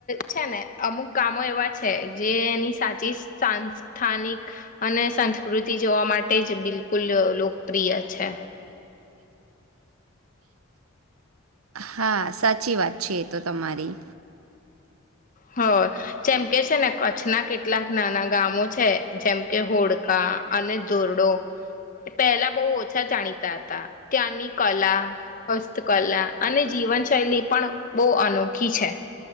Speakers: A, on the left; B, on the right.
A: ચે ને અમુક ગામો એવા છે જે એની સાચી સ્થાન સ્થાનિક અને સંસ્કૃતિ જોવા માટે જ બિલકુલ લોકપ્રિય છે
B: હા સાચી વાત છે એ તો તમારી
A: હ જેમ કે છે ને કચ્છના કેટલાક નાના ગામો છે જેમ કે હોડકા અને ધોરડો પહેલા બહુ ઓછા જાણીતા હતા ત્યાંની કલા હસ્તકલા અને જીવનશૈલી પણ બહુ અનોખી છે